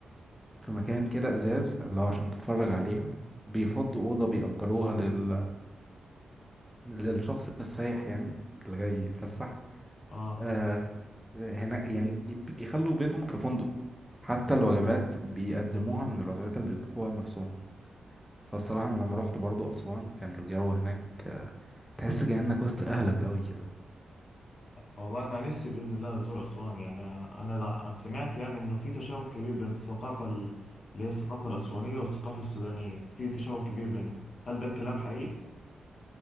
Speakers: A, in the centre; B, on the left (about 60°).
A: في مكان كده ازاز اللي هو عشان تتفرج عليها بيفضوا أوضة بيأجروها لل... للشخص السايح يعني اللي جاي يتفسح
B: اه
A: آه، هنا يعني بيخلوا بيتهم كفندق حتى الوجبات
B: آه.
A: بيقدموها من الوجبات اللي بيطبخوها لنفسهم فالصراحة أنا لما روحت برضو أسوان كان الجو هناك آه، تحس كأنك وسط أهلك أوي كده
B: والله انا نفسي باذن الله ازور اسوان يعني انا انا دع- سمعت يعني انه في تشابه كبير بين الثقافه ال- اللي هي الثقافه الاسوانيه والثقافه السودانيه في تشابه كبير بينهم هل ده الكلام حقيقي؟